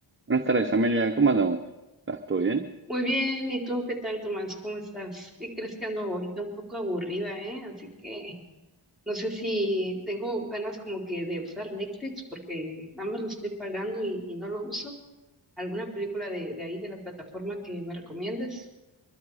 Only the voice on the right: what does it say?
Buenas tardes, Amelia. ¿Cómo andamos? ¿Estás todo bien?